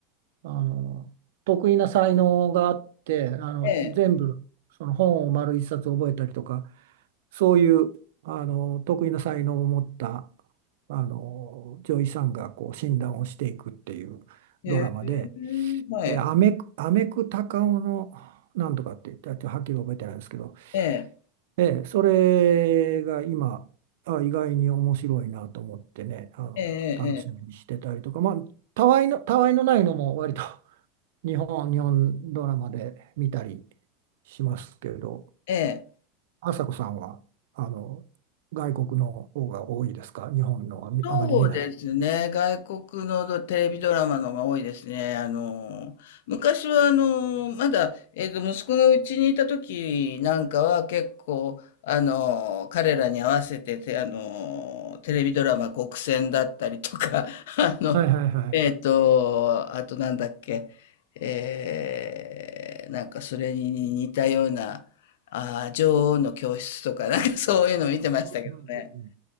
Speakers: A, on the right; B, on the left.
A: あの、得意な才能があって、あの、
B: ええ、ええ、
A: 全部、その本を丸一冊覚えたりとか、そういう、あの、得意な才能を持った、あの、女医さんがこう診断をしていくっていうドラマで、
B: ええ、はい、
A: えー、アメク、アメクタカオのなんとかって言って、あとはっきり覚えてないですけど、
B: ええ、
A: えーそれが今、あ、意外に面白いなと思ってね、あの、
B: ええ、
A: 楽しみにしてたりとか、まあ、たわいの、たわいのないのも割と <laughs> 日本、日本ドラマで見たりしますけど、
B: ええ、ええ、
A: 朝子さんは、あの、外国の方が多いですか日本のはみあまり見ない。
B: そうですね。外国のドテレビドラマのが多いですね。あの、昔はあの、まだ、えっと、息子がうちにいた時なんかは結構、あの、彼らに合わせてて、あの、テレビドラマ極戦だったりとか、<laughs> あの、
A: はいはいはい。
B: えっと、あとなんだっけ、えー、なんかそれに似たような、あー、女王の教室とか、なんかそういうの見てましたけどね。
A: うんうんうんうん